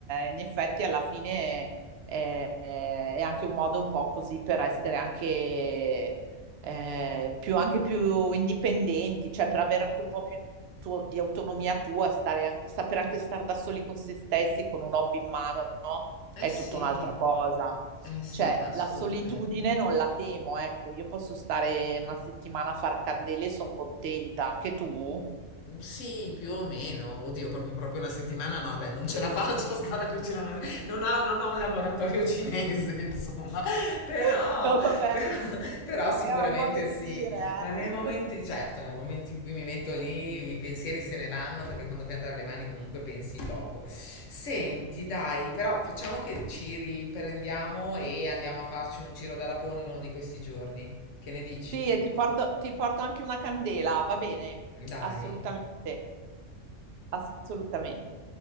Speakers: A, on the right; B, on the left.
A: in effetti alla fine eh, eh, è, anche un modo un po' così per essere anche, eh, più, anche più indipendenti, cioè per avere anche un po' più tuo- di autonomia tua, stare anche- saper anche stare da soli con se stessi, con un hobby in mano, no?
B: eh
A: È
B: sì,
A: tutta un'altra cosa.
B: eh sì,
A: Cioè,
B: assolutamente.
A: la solitudine non la temo, ecco, io posso stare una settimana a far candele e sono contenta, anche tu?
B: Mm, Sì, più o meno. Oddio, proprio, proprio una settimana no, dai, non ce la faccio a stare a cucinare. Non ho, non ho un laboratorio cinese, <laughs> insomma. Però,
A: <laughs> No, vabbè,
B: però, però sicuramente
A: era un modo di
B: sì.
A: dire,
B: Ma nel
A: eh.
B: momento,
A: <laughs>
B: certo, nel momento in cui mi metto lì, i pensieri se ne vanno perché quando fai andare le mani comunque pensi poco. Senti, dai, però facciamo che ci riprendiamo e andiamo a farci un giro da raponi uno di questi giorni. Che ne dici?
A: Sì, e ti porto, ti porto anche una candela, va bene?
B: Dai.
A: Assolutamente, assolutamente.